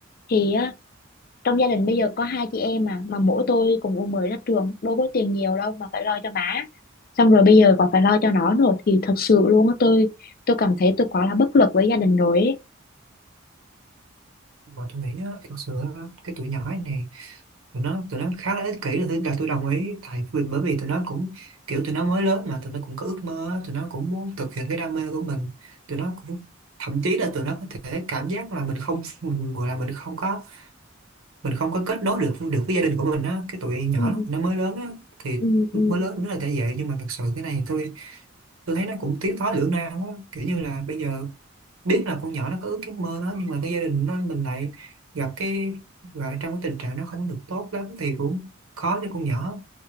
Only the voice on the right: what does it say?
mà tôi nghĩ á, thật sự á, cái tuổi nhỏ này tụi nó tụi nó khá là ích kỷ là tôi là tôi đồng ý tại vì bởi vì tụi nó cũng kiểu tụi nó mới lớn mà tụi nó cũng có ước mơ á, tụi nó cũng muốn thực hiện cái đam mê của mình tụi nó cũng thậm chí là tụi nó có thể cảm giác là mình không <laughs> mình gọi là mình không có mình không có kết nối được được với gia đình của mình á cái tụi nhỏ
lúc nó mới lớn á thì
mới lớn nó là tại vậy nhưng mà thật sự cái này thì tôi tôi thấy nó cũng tiến thoái lưỡng nan quá kiểu như là bây giờ biết là con nhỏ nó có ước cái mơ đó nhưng mà cái gia đình nó mình lại gặp cái lại trong cái tình trạng nó không được tốt lắm thì cũng khó cho con nhỏ